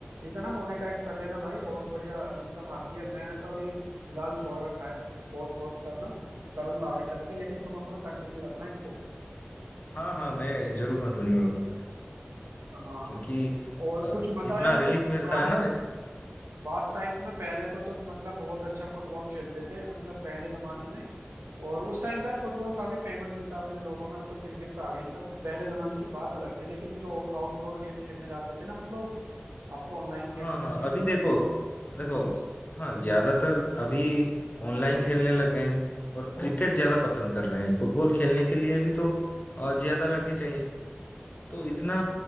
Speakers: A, on the right (about 75°); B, on the left (about 45°).
A: इसे ना मोनेटाइज कर लेना भाई
B: हाँ
A: बहुत बढ़िया इनकम आती है मैंने तो अभी फिलहाल छोड़ रखा है पोस्ट वोस्ट करना करूंगा आगे चल के लेकिन तुम अपना कंटिन्यू रखना इसको
B: हाँ हाँ, मैं जरूर कंटिन्यू रखूंगा
A: हाँ
B: क्योंकि
A: और
B: अ,
A: कुछ बताओ
B: इतना
A: यार कुछ
B: रिलीफ मिलता
A: पुराने
B: है ना
A: पास टाइम्स में पहले तो तुम मतलब बहुत अच्छा फुटबॉल खेलते थे मतलब पहले जमाने में और उस टाइम पे यार फुटबॉल काफी फेमस भी था अपने लोगों में अब तो क्रिकेट पे आ गए हैं सब पहले जमाने की बात अलग थी लेकिन जो आउटडोर गेम खेलने जाते थे ना हम लोग अब तो ऑनलाइन खेलने
B: हाँ
A: लग
B: हाँ
A: गए हैं
B: अभी
A: सब
B: देखो देखो हाँ ज्यादातर अभी ऑनलाइन खेलने लग गए हैं और क्रिकेट ज्यादा पसंद कर रहे हैं फुटबॉल खेलने के लिए भी तो अ, ज्यादा लड़के चाहिए तो इतना